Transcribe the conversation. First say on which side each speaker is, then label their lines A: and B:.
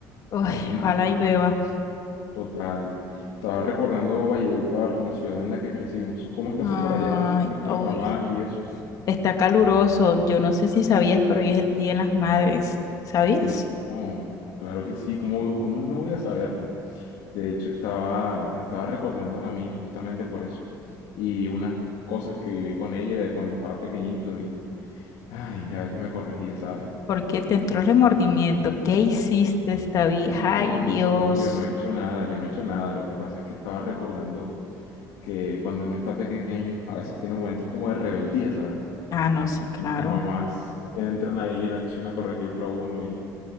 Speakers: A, on the left (about 50°); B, on the left (about 80°).
A: Ay,
B: No,
A: ojalá llueva.
B: total. Estaba recordando Valledupar, la ciudad en la que crecimos. ¿Cómo está
A: Ay,
B: eso por allá? Nuestras
A: uy,
B: mamás y eso.
A: está caluroso. Yo no sé si sabías, pero hoy es el Día de las Madres. ¿Sabías?
B: No, claro que sí, ¿cómo, cómo no voy a saberlo? De hecho, estaba, estaba recordando a la mía justamente por eso. Y unas cosas que viví con ella de cuando estaba pequeñito y, ay, a veces me corregía, ¿sabes?
A: ¿Por qué te entró remordimiento? ¿Qué hiciste, David?
B: No,
A: Ay,
B: no,
A: Dios.
B: no, no, yo no he hecho nada, yo no he hecho nada. Lo que pasa es que estaba recordando que cuando uno está pequeño, a veces tiene momentos como de rebeldía, ¿sabes?
A: Ah, no, sí, claro.
B: Y las mamás entran ahí en acción a corregirlo a uno y,